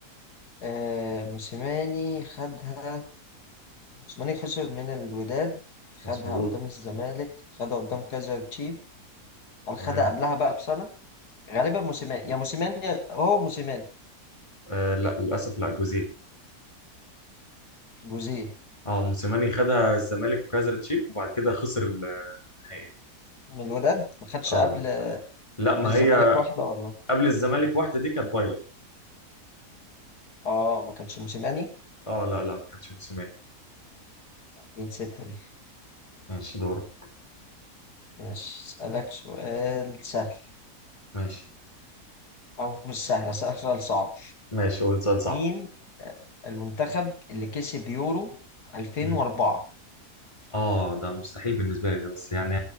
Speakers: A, on the left (about 80°); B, on the left (about 20°).
A: آه موسيماني خدها موسيماني خسر من الوداد
B: مظبوط
A: خدها قدام الزمالك خدها قدام كايزر تشيف قال
B: تمام
A: خدها قبلها بقى بسنة غالبا موسيماني يا موسيماني يا- هو موسيماني
B: آه لا للاسف لا جوزيه
A: جوزيه
B: اه موسيماني خدها الزمالك وكسرت تشيب وبعد كده خسر النهائي
A: من الوداد ما خدش
B: اه
A: قبل
B: لا
A: قبل
B: ما
A: الزمالك
B: هي
A: واحدة ولا
B: قبل الزمالك واحده دي كانت فايلر
A: اه ما كانش موسيماني
B: اه لا لا ما كانتش موسيماني
A: دي نسيتها دي
B: ماشي دورك
A: ماشي اسألك سؤال سهل
B: ماشي
A: او مش سهل اسألك سؤال صعب
B: ماشي قول سؤال صعب
A: مين آه، المنتخب اللي كسب يورو 2004
B: مم. اه ده مستحيل بالنسبه لي ده بس يعني